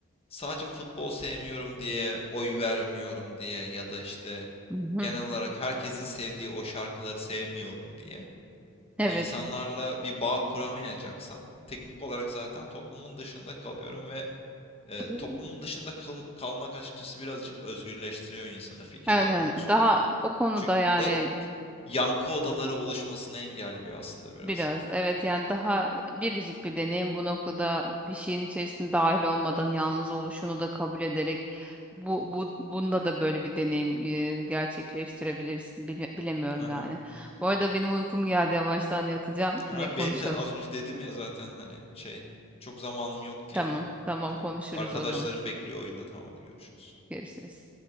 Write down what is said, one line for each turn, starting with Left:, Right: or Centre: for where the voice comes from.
Left: sadece futbol sevmiyorum diye oy vermiyorum diye ya da işte
Centre: Hı hı.
Left: genel olarak herkesin sevdiği o şarkıları sevmiyorum diye
Centre: Evet.
Left: e, insanlarla bir bağ kuramayacaksam teknik olarak zaten toplumun dışında kalıyorum ve e,
Centre: Tabii.
Left: toplumun dışında kal- kalmak açıkçası birazcık özgürleştiriyor insanı fikirler
Centre: Aynen.
Left: konusunda.
Centre: Daha o konuda
Left: Çünkü
Centre: yani
Left: e, yankı odaları oluşmasını engelliyor aslında biraz.
Centre: Biraz evet yani daha biricik bir deneyim bu noktada bir şeyin içerisinde dahil olmadan yalnız oluşunu da kabul ederek bu, bu bunda da böyle bir deneyim e, gerçekleştirebilirsin Bile- bilemiyorum
Left: Hı hı.
Centre: yani. Bu arada benim uykum geldi yavaştan yatacağım
Left: Ha,
Centre: yine konuşalım.
Left: benim de az önce dedim ya zaten hani şey çok zamanım yok diye.
Centre: Tamam tamam
Left: Şimdi
Centre: konuşuruz
Left: arkadaşlarım
Centre: o zaman
Left: bekliyor oyunda tamam hadi görüşürüz.
Centre: görüşürüz.